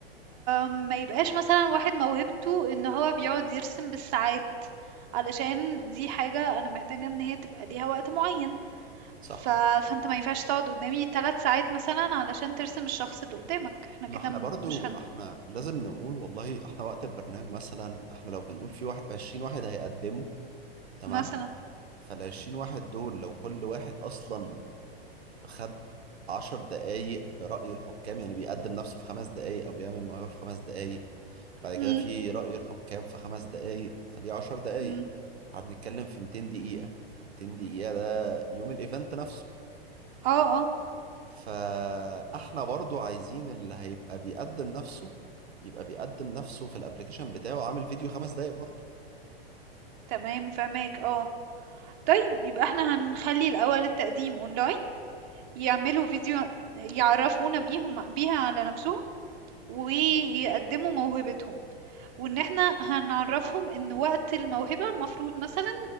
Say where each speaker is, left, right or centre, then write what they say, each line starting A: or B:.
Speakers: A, on the right; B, on the right.
A: ما يبقاش مثلا واحد موهبته ان هو بيقعد يرسم بالساعات علشان دي حاجة انا محتاجة ان هي تبقى ليها وقت معين
B: صح
A: ف... فانت ما ينفعش تقعد قدامي ثلاث ساعات مثلا علشان ترسم الشخص اللي قدامك احنا
B: ما
A: كده
B: احنا
A: م-
B: برضو
A: مش هن
B: احنا لازم نقول والله احنا وقت البرنامج مثلا احنا لو بنقول في واحد 20 واحد هيقدموا تمام
A: مثلا
B: فال 20 واحد دول لو كل واحد اصلا خد 10 دقايق برأي الحكام يعني بيقدم نفسه في خمس دقايق او بيعمل موهبة في خمس دقايق بعد كده
A: إمم،
B: في رأي الحكام في خمس دقايق فدي 10 دقايق
A: إمم.
B: احنا بنتكلم في 200 دقيقة 200 دقيقة ده يوم الايفنت نفسه
A: آه، آه،
B: فاحنا برضو عايزين اللي هيبقى بيقدم نفسه يبقى بيقدم نفسه في الابليكيشن بتاعه عامل فيديو خمس دقايق برضو
A: تمام فاهماك آه. طيب يبقى إحنا هنخلّي الأول التقديم أونلاين، يعملوا فيديو يعرّفونا بيهم بيها على نَفْسهم، ويقدّموا موهبتهم، وإن إحنا هنعرّفهم إن وقت الموهبة المفروض مثلًا